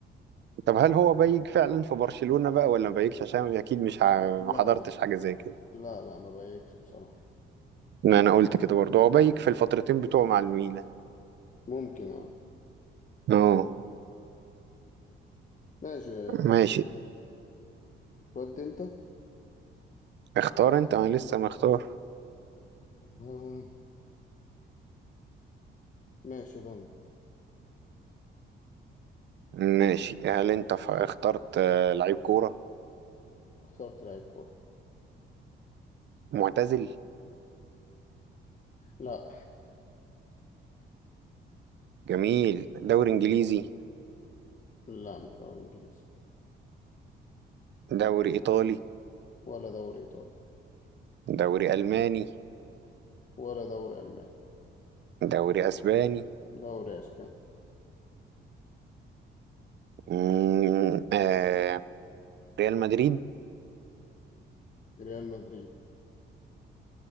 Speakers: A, on the right (about 60°); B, on the left (about 40°).
A: طب هل هو بيك فعلا في برشلونه بقى ولا ما بيكش عشان اكيد مش ع-
B: لا
A: ما حضرتش
B: لا
A: حاجه زي كده
B: لا لا ما بايكش بصراحة
A: ما انا قلت كده برضه هو بيك في الفترتين بتوعه مع الميلان
B: ممكن اه
A: اه
B: ماشي
A: ماشي
B: ودي انت
A: اختار
B: لا
A: انت انا لسه مختار
B: آه، ماشي ضن
A: ماشي هل انت ف- اخترت آه، لعيب كوره
B: اخترت لعيب كورة
A: معتزل
B: لا
A: جميل دوري انجليزي
B: لا مش دوري انجليزي
A: دوري ايطالي
B: ولا دوري ايطالي
A: دوري الماني
B: ولا دوري الماني
A: دوري اسباني
B: دوري اسباني
A: مم، آه ريال مدريد
B: ريال مدريد